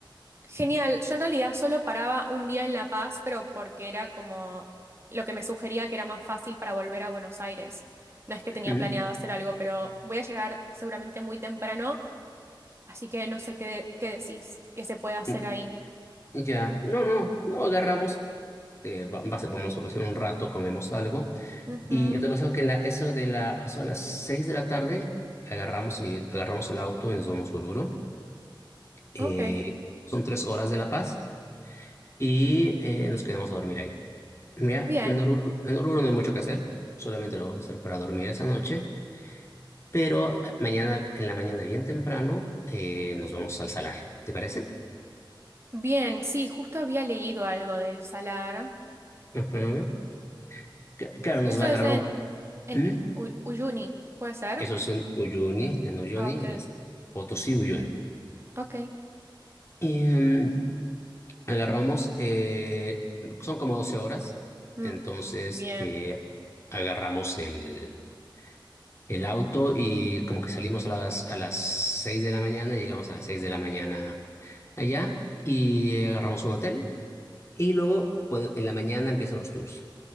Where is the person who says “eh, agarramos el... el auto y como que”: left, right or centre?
Left